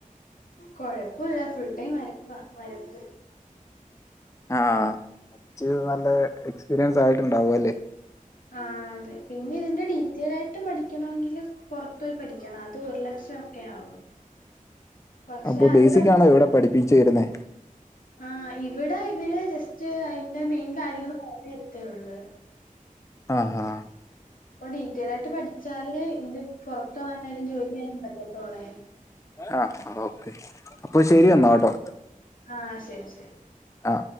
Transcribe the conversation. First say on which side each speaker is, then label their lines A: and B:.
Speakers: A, on the left; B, on the left.
A: കുഴപ്പവില്ല ഫുൾടൈം വരപ്പ വരപ്പ്
B: ആ വരച്ച് നല്ല എക്സ്പീരിയൻസ് ആയിട്ടുണ്ടാവു അല്ലേ?
A: ആ അതെ പിന്നെ ഇതിന്റെ ഡീറ്റെയിലായിട്ട് പഠിക്കണമെങ്കില് പൊറത്ത് പോയി പഠിക്കണം അത്ഒരുലഷം ഒക്കെ ആവും പക്ഷെ
B: അപ്പൊ
A: അത്
B: ബേസിക്
A: പഠിച്ച
B: ആണോ എവിടെ പഠിപ്പിച്ചേരുന്നെ
A: ആ ഇവിടെ ഇവര് ജസ്റ്റ് അതിന്റെ മെയിൻ കാര്യങ്ങൾ പറഞ്ഞ് തരത്തേഒള്ളു
B: ആ ഹാ
A: പ്പൊ ഡീറ്റൈൽൽ ആയിട്ട് പഠിച്ചാല് ന്നെങ്കി പൊറത്ത് ആണേലും ജോലി ചെയ്യാൻ പറ്റത്തൊള്ളേ
B: ആ ആ ഓക്കെ അപ്പൊ ശരിയെന്നാ
A: ഉം.
B: കേട്ടോ
A: ആ ശരി ശരി.
B: ആ